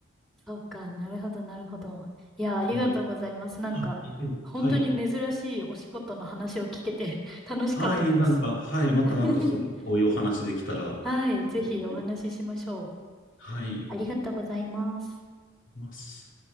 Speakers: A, in the centre; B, on the left.
A: そうか、なるほど、なるほど。いや、ありがとうございます。
B: うん
A: なんか、
B: あ、いいけどはい。
A: 本当に珍しいお仕事の話を聞けて <laughs> 楽しかったです。
B: あ、いい、なんか、はい、またなんかそう、
A: <laughs>
B: こういうお話できたら、こ
A: はい、ぜひお話ししましょう。
B: うはい、い
A: ありがとうございます。
B: ます。